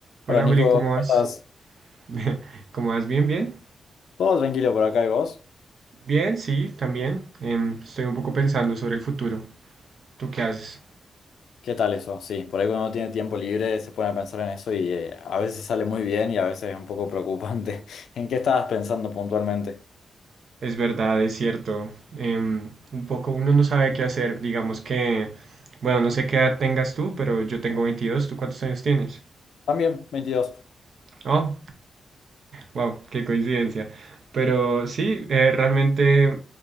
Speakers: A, on the right; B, on the left.
A: Hola
B: Hola Nico,
A: Juli, ¿cómo
B: ¿cómo
A: vas?
B: estás?
A: <laughs> ¿Cómo vas? ¿Bien, bien?
B: Todo tranquilo por acá y vos.
A: Bien, sí, también. Em, estoy un poco pensando sobre el futuro. ¿Tú qué haces?
B: ¿Qué tal eso? Sí, por ahí cuando uno tiene tiempo libre se pone a pensar en eso y eh, a veces sale muy bien y a veces es un poco preocupante. <laughs> ¿En qué estabas pensando puntualmente?
A: Es verdad, es cierto. Em, un poco uno no sabe qué hacer. Digamos que, bueno, no sé qué edad tengas tú, pero yo tengo 22. ¿Tú cuántos años tienes?
B: También, veintidós.
A: Oh, Wow, qué coincidencia. Pero sí, eh, realmente